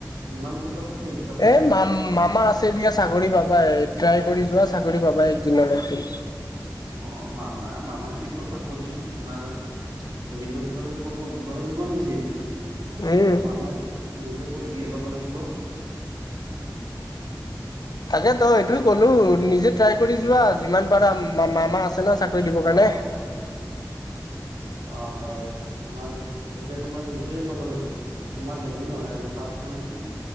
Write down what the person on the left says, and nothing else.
এ
মাম মামা আছে এতিয়া চাগৰি পাবাই ট্ৰাই কৰি যোৱা চাকৰি পাবা একদিন এনেকে।
উম
এ তই এইটোৱো কলো নিজে ট্ৰাই কৰি যোৱা যিমান পাৰা মাম মামা আছে ন চাকৰি দিবৰ
কাৰণে